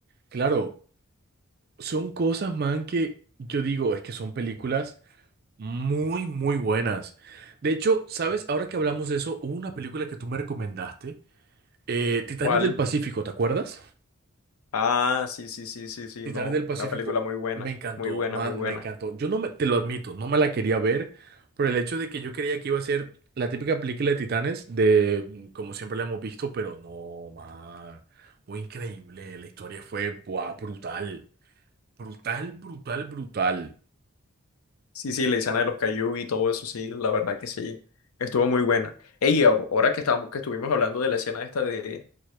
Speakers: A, on the right; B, on the left.
A: claro, son cosas, man, que yo digo, es que son películas muy, muy buenas. De hecho, ¿sabes? Ahora que hablamos de eso, hubo una película que tú me recomendaste Eh, Titanes
B: ¿Cuál?
A: del Pacífico, ¿te acuerdas?
B: Ah, sí, sí, sí, sí, sí,
A: Titanes
B: no,
A: del Pacífico.
B: una película muy buena,
A: Me encantó,
B: muy buena,
A: man,
B: muy buena.
A: me encantó. Yo no me, te lo admito, no me la quería ver por el hecho de que yo creía que iba a ser la típica película de Titanes, de mm, como siempre la hemos visto, pero no, man. Fue increíble. La historia fue, buah, brutal. Brutal, brutal, brutal.
B: Sí, sí, la escena de los Caillou y todo eso, sí, la verdad que sí, estuvo muy buena. Ey, ahor- ahora que estábamos, que estuvimos hablando de la escena esta de,